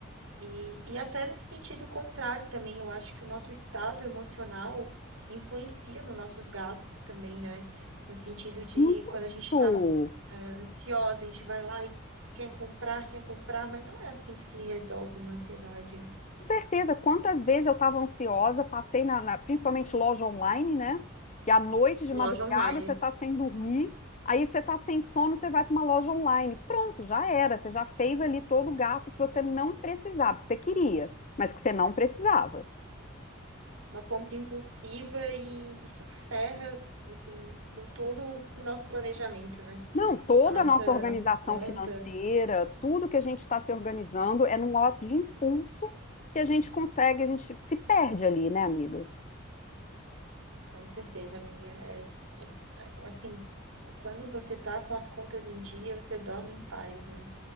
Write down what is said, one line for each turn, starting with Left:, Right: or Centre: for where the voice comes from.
Right: E, e até no sentido contrário também, eu acho que o nosso estado emocional influencia nos nossos gastos também, né? No sentido de
Left: Muito.
Right: quando a gente está
Left: Com
Right: ansiosa, a gente vai lá e quer comprar, quer comprar, mas não é assim que se resolve uma ansiedade, né?
Left: certeza, quantas vezes eu estava ansiosa, passei na, na- principalmente loja online, né? Que à noite, de
Right: Loja
Left: madrugada,
Right: online.
Left: você está sem dormir, aí você está sem sono, você vai para uma loja online. Pronto, já era, você já fez ali todo o gasto que você não precisava, que você queria, mas que você não precisava.
Right: Uma compra impulsiva e isso ferra, assim, com todo o nosso planejamento, né?
Left: Não, toda
Right: A nossa,
Left: a nossa organização
Right: nossas contas.
Left: financeira, tudo que a gente está se organizando é num ato de impulso que a gente consegue, a gente se perde ali, né, amiga?
Right: Com certeza, amiga. É, é- é- assim, quando você tá com as contas em dia, você dorme em paz, né?